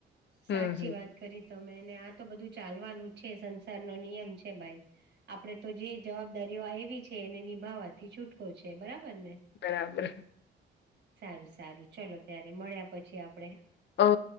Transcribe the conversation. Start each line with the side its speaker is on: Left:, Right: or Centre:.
Left: હમ્મ.
Right: સાચી વાત કરી તો મેંને આ તો બધું ચાલવાનું છે સંસાર નો નિયમ છે ભાઈ. આપડે તો જે જવાબદારીઓ આયવી છે એને નિભાવવાથી છૂટકો છે બરાબર ને.
Left: બરાબર.
Right: સારું સારું ચલો ત્યારે મળ્યા પછી આપ
Left: ઓ